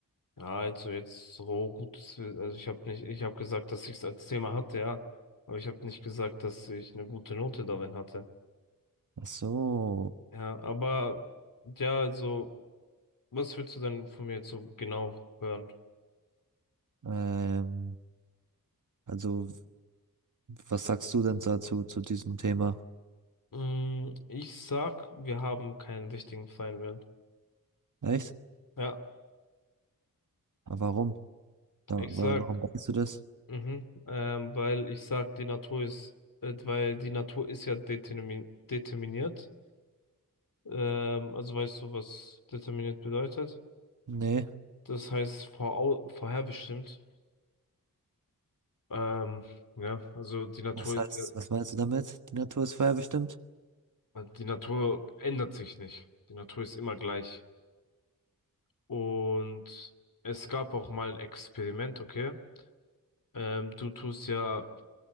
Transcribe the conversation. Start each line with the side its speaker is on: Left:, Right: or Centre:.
Left: ja, also jetzt so gutes, also ich habe nicht, ich habe gesagt, dass ich es als Thema hatte, ja, aber ich habe nicht gesagt, dass ich eine gute Note darin hatte.
Right: Ach so,
Left: Ja, aber ja, also, was willst du denn von mir jetzt so genau hören?
Right: ähm, also was sagst du denn dazu, zu diesem Thema?
Left: Mm, Ich sag, wir haben keinen richtigen freien Willen.
Right: Echt?
Left: Ja,
Right: Aber warum? Ja,
Left: ich
Right: wa-
Left: sag,
Right: warum denkst du das?
Left: mhm, ähm, weil ich sag, die Natur ist, äh, weil die Natur ist ja determin determiniert. Ähm, also weißt du, was determiniert bedeutet?
Right: Nee.
Left: Das heißt vorau vorherbestimmt. Ähm, ja, also die Natur
Right: Was
Left: ist
Right: heißt,
Left: ja,
Right: was meinst du damit? Die Natur ist vorherbestimmt?
Left: die Natur ändert sich nicht. Die Natur ist immer gleich. Und es gab auch mal ein Experiment, okay? Ähm, du tust ja